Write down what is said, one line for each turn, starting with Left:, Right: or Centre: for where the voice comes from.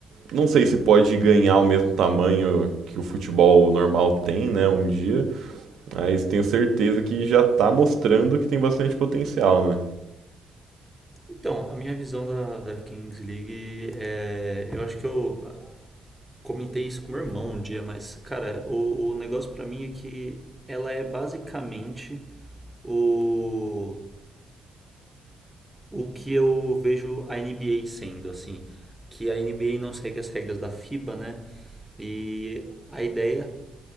Right: não sei se pode ganhar o mesmo tamanho que o futebol normal tem, né, um dia, mas tenho certeza que já tá mostrando que tem bastante potencial, né?
Centre: Então, a minha visão da, da Kings League é. Eu acho que eu comentei isso com meu irmão um dia, mas, cara, o, o negócio pra mim é que ela é basicamente o, o que eu vejo a NBA sendo, assim. Que a NBA não segue as regras da FIBA, né? E a ideia